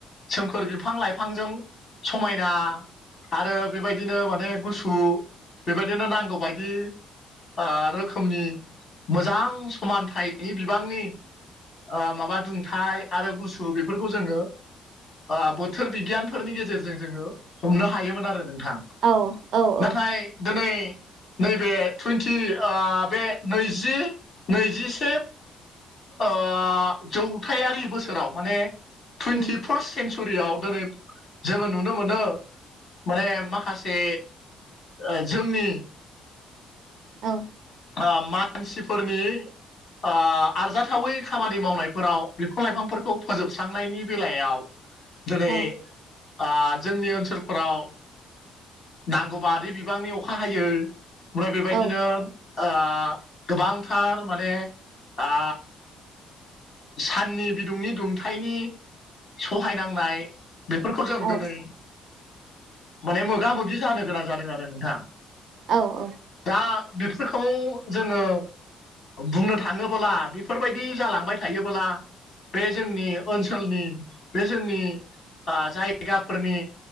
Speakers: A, on the left; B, on the right.
A: सोमखोर बिफां लाइफांजों समायना आरो बेबायदिनो माने गुसु बेबायदिनो नांगौ बायदि ओ रोखोमनि मोजां समानथायनि बिबांनि ओ माबा दुंथाय आरो गुसु बेफोरखौ जोङो ओ बोथोर बिगियानफोरनि गेजेरजों जोङो हमनो हायोमोन आरो नोंथां
B: औ औ औ
A: नाथाय दोनै नैबे टुइन्टि ओ बे नैजि नैजिसे ओ जौथायारि बोसोराव माने टुइन्टि
B: उम
A: फार्स्ट सेन्सुरियाव दोनै जोङो नुनो मोनो माने माखासे ओ जोंनि
B: औ
A: ओ मानसिफोरनि ओ आरजाथावै खामानि मावनायफोराव बिफां लाइफांफोरखौ फोजोबस्रांनायनि बेलायाव दोनै
B: औ
A: ओ जोंनि ओनसोलफोराव नांगौबादि बिबांनि अखा हायै ओमफ्राय बेबायदिनो
B: औ
A: ओ गोबांथार माने ओ साननि बिदुंनि दुंथनि सहायनांनाय बेफोरखौ जों
B: औ
A: दिनै माने मोगा मोगि जानो गोनां जादों आरो नोंथाङा।
B: औ औ
A: दा बेफोरखौ जोंङो बुंनो थाङोबोला बेफोरबायदि जालांबाय थायोबोला। बे जोंनि ओनसोलनि बे जोंनि ओ जायगाफोरनि